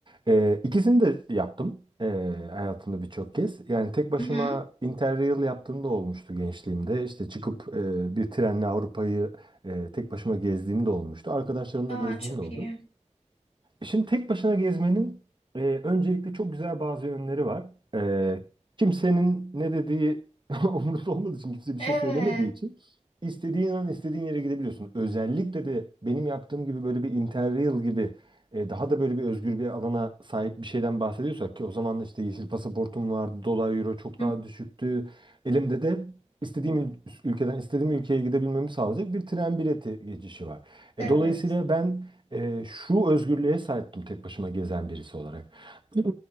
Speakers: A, on the right; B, on the left.
A: E, ikisini de yaptım e, hayatımda birçok kez. Yani tek başıma
B: Hı hı.
A: Interrail yaptığım da olmuştu gençliğimde. İşte çıkıp e, bir trenle Avrupa'yı Ee, tek başıma gezdiğim de olmuştu. Arkadaşlarımla
B: Aa
A: gezdiğim
B: çok
A: de oldu.
B: iyi.
A: Şimdi tek başına gezmenin e, öncelikle çok güzel bazı yönleri var. E, kimsenin ne dediği <laughs> umurunda olmadığı için, kimse bir
B: Evet,
A: şey söylemediği için istediğin an istediğin yere gidebiliyorsun. Özellikle de benim yaptığım gibi böyle bir Interrail gibi e, daha da böyle bir özgür bir alana sahip bir şeyden bahsediyorsak ki o zaman da işte yeşil pasaportum vardı, dolar euro çok
B: Hı
A: daha
B: hı.
A: düşüktü. Elimde de istediğim ül- ülkeden istediğim ülkeye gidebilmemi sağlayacak bir tren bileti geçişi var. E,
B: evet,
A: dolayısıyla ben ee, şu özgürlüğe sahiptim tek başıma gezen birisi olarak. <clears throat> <laughs>